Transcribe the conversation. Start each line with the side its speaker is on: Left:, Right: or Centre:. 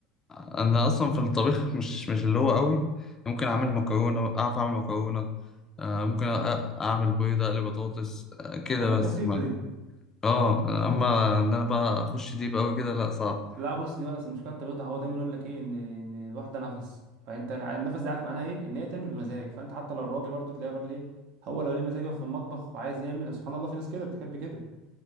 Left: انا اصلا في الطبيخ <laughs> مش مش اللي هو قوي ممكن
Right: اه
Left: اعمل مكرونه اعرف اعمل مكرونه آه، ممكن أ- اعمل بيضه اقلي بطاطس آه، كده
Right: الحاجات البسيطه
Left: بس ما
Right: دي
Left: اه اما ان انا بقى اخش ديب قوي كده لا صعب
Right: لا بص دي بقى أصل مشكله التبغيض ده هو دايما يقول لك ايه ان ان الواحده نفس فانت يعني النفس ده عارف معناها ايه ان هي تعمل بمزاج فانت حتى لو الراجل برضو تلاقي الراجل ايه هو لو ليه مزاج يقف في المطبخ وعايز يعمل سبحان الله في ناس كده بتحب كده